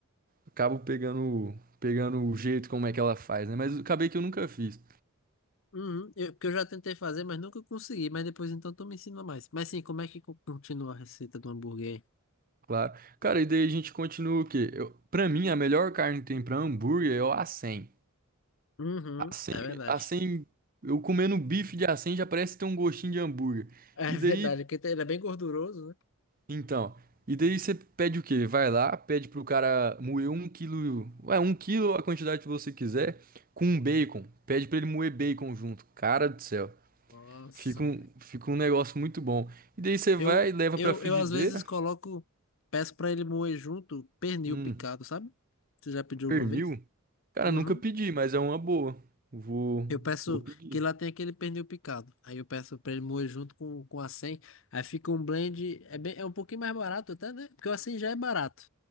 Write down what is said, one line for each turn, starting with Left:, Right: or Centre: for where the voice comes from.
Right: acabo pegando, pegando o jeito como é que ela faz, né? Mas acabei que eu nunca fiz.
Left: Uhum, eu, porque eu já tentei fazer, mas nunca consegui. Mas depois então tu me ensina mais. Mas sim, como é que co- continua a receita do hambúrguer? aí?
Right: Claro. Cara, e daí a gente continua o quê? Eu, pra mim, a melhor carne que tem pra hambúrguer é o acém.
Left: Uhum,
Right: Acém,
Left: é verdade.
Right: acém,
Left: <laughs>
Right: eu comendo bife de acém já parece ter um gostinho de hambúrguer.
Left: É
Right: E
Left: verdade,
Right: daí,
Left: porque ele é bem gorduroso, né?
Right: então, e daí você pede o quê? Vai lá, pede pro cara moer um quilo, ué, um quilo a quantidade que você quiser, com um bacon. Pede pra ele moer bacon junto. Cara do céu,
Left: Nossa.
Right: fica um, fica um negócio muito bom. E daí você vai,
Left: Eu,
Right: leva
Left: eu,
Right: pra frigideira,
Left: eu às vezes coloco, peço pra ele moer junto pernil
Right: hum,
Left: picado, sabe? Você já pediu
Right: pernil.
Left: alguma vez?
Right: Cara,
Left: Uhum.
Right: nunca pedi, mas é uma boa. Vou,
Left: Eu peço
Right: vou pedir.
Left: que lá tem aquele pernil picado. Aí eu peço pra ele moer junto com, com a 100. Aí fica um blend. É, bem, é um pouquinho mais barato até, né? Porque o assim já é barato.